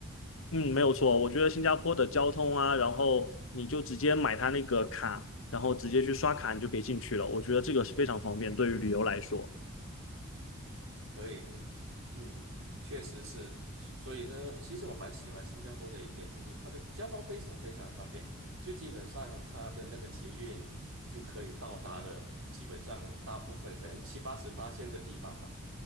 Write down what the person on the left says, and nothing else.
嗯，没有错，我觉得新加坡的交通啊，然后你就直接买它那个卡，然后直接去刷卡，你就可以进去了。我觉得这个是非常方便，对于旅游来说，